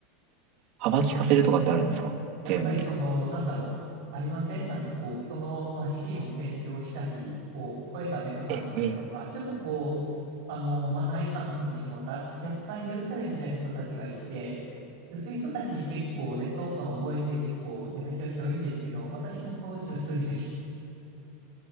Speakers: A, on the right; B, on the right.
A: 幅利かせるとかってあるんですかジムに。
B: やっぱりその、なんだろう、ありませんなんかこう、そのマシンを占領したり、こう、声がでかかったりとか、
A: ええ
B: ちょっとこう、あの、マナー違反なことしてもだ、若干許されるみたいな人たちがいて、で、そういう人たちに結構劣等感を覚えて結構やめちゃう人多いんですけど、私もそのうちの一人でした。